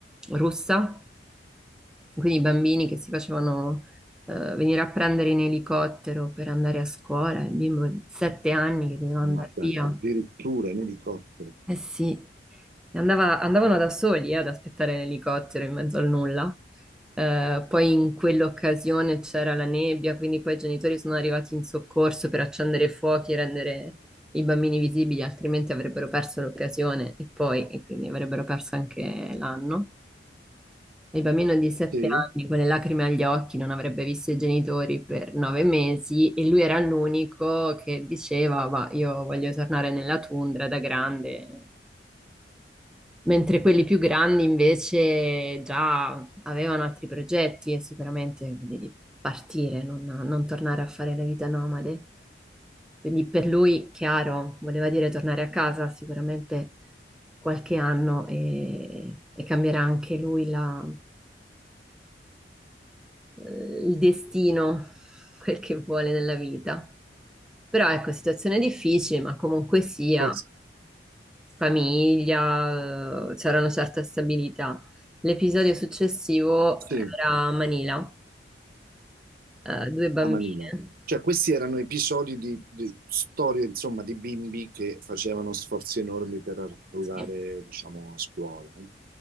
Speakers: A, in the centre; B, on the right.
A: russa, quindi i bambini che si facevano eh, venire a prendere in elicottero per andare a scuola, il bimbo di sette anni che doveva andare
B: ma dai,
A: via.
B: addirittura in elicottero.
A: Eh sì, E andava- andavano da soli eh, ad aspettare l'elicottero in mezzo al nulla. Eh, poi in quell'occasione c'era la nebbia, quindi poi i genitori sono arrivati in soccorso per accendere i fuochi e rendere i bambini visibili, altrimenti avrebbero perso l'occasione e poi, e quindi avrebbero perso anche l'anno. E Il bambino di sette
B: Sì,
A: anni con le lacrime agli occhi non avrebbe visto i genitori per nove mesi e lui era l'unico che diceva, ma io voglio tornare nella tundra da grande mentre quelli più grandi invece già avevano altri progetti e sicuramente quindi di partire, non, non tornare a fare la vita nomade. Quindi per lui, chiaro, voleva dire tornare a casa sicuramente qualche anno e, e cambierà anche lui la, eh, il destino, <laughs> quel che vuole nella vita. Però ecco, situazione difficile, ma comunque sia,
B: Cos-
A: famiglia, eh, c'era una certa stabilità. L'episodio successivo
B: sì,
A: era a Manila, eh, due bambine.
B: a Manila. Cioè, questi erano episodi di, di storie, insomma, di bimbi che facevano sforzi enormi per arrivare,
A: Sì.
B: diciamo, a scuola. no?